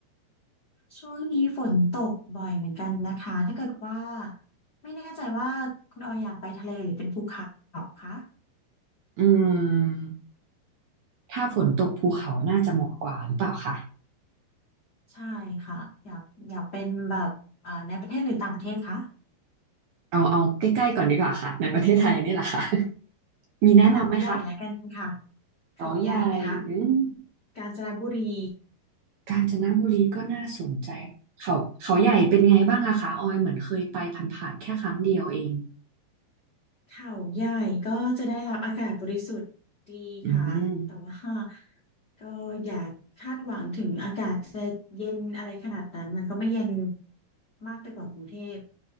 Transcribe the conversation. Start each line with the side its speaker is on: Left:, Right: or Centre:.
Left: ช่วงนี้ฝนตกบ่อยเหมือนกันนะคะ ถ้าเกิดว่าไม่แน่ใจว่าคุณออยอยากไปทะเลหรือเป็นภูเขาคะ
Right: อืมถ้าฝนตกภูเขาน่าจะเหมาะกว่าหรือเปล่าคะ
Left: ใช่ค่ะ อยากอยากเป็นแบบเอ่อในประเทศหรือต่างประเทศคะ
Right: เอาเอาใกล้ๆก่อนดีกว่าค่ะในประเทศไทยนี่แหละค่ะ <laughs> มีแนะนำไหมคะ
Left: เขาใหญ่ละกันค่ะ
Right: เขาใหญ่อืม
Left: เขาใหญ่ไหมคะกาญจนบุรี
Right: กาญจนบุรีก็น่าสนใจเขาเขาใหญ่เป็นไงบ้างอะคะออยเหมือนเคยไปผ่านๆแค่ครั้งเดียวเอง
Left: ค่ะ เขาใหญ่ก็จะได้รับอากาศบริสุทธิ์ดีค่ะแต่ว่า
Right: อืม
Left: ก็อย่าคาดหวังถึงอากาศจะเย็นอะไรขนาดนั้นมันก็ไม่เย็นมากไปกว่ากรุงเทพ